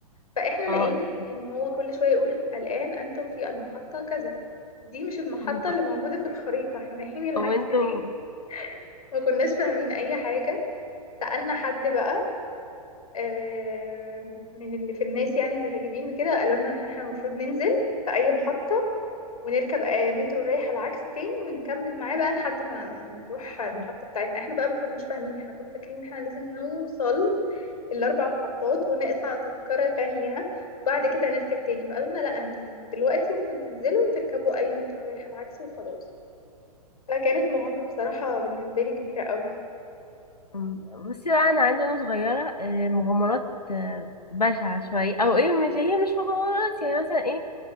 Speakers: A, on the left; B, on the left.
A: فاحنا
B: آه،
A: لقينا
B: اكيد
A: ان هو كل شوية يقول الآن أنتم في المحطة كذا ودي مش المحطة
B: وانتوا
A: اللي موجودة في الخريطة احنا رايحين العكس
B: وانتوا
A: ليه ما كناش فاهمين اي حاجة سألنا حد بقى آم، من اللي في الناس يعني اللي راكبين كده قالوا لنا ان احنا المفروض ننزل في اي محطة ونركب آه، مترو رايح العكس تاني ونكمل معاه بقى لحد ما نروح المحطة
B: مم.
A: بتاعتنا احنا بقى ما كناش فاهمين احنا كنا فاكرين ان احنا لازم نوصل الاربع محطات ونقطع تذكرة تانية وبعد كده نركب تاني فقالوا لنا لا انتوا من دلوقتي ممكن تنزلوا وتركبوا اي مترو رايح العكس وخلاص فكانت مغامرة بصراحة بالنسبة لي كبيرة قوي
B: مم. بصي بقى انا عندي وانا صغيره آه، مغامرات آه، بشعه شويه او ايه مش هي مش مغامرات يعني مثلا ايه